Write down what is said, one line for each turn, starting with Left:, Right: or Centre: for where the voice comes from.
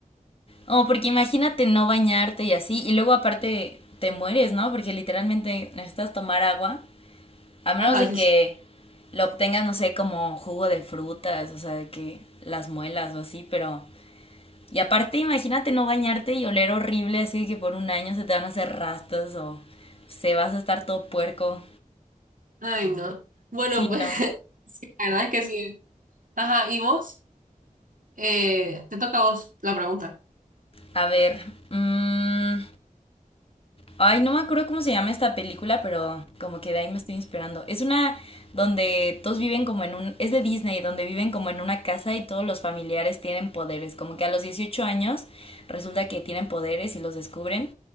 Left: Oh, porque imagínate no bañarte y así. Y luego aparte te mueres, ¿no? Porque literalmente necesitas tomar agua. A menos
Right: Ajá,
Left: de
Right: sí.
Left: que
Right: sí.
Left: lo obtengas, no sé, como jugo de frutas, o sea, de que las muelas o así, pero Y aparte, imagínate no bañarte y oler horrible, así que por un año se te van a hacer rastas o se vas a estar todo puerco.
Right: Ay, no. Bueno,
Left: Sí,
Right: pues
Left: no.
Right: <laughs> sí, la verdad es que sí. Ajá, ¿y vos? Eh, te toca a vos la pregunta.
Left: A ver. mm, Ay, no me acuerdo cómo se llama esta película, pero como que de ahí me estoy inspirando. Es una donde todos viven como en un... Es de Disney, donde viven como en una casa y todos los familiares tienen poderes. Como que a los 18 años resulta que tienen poderes y los descubren.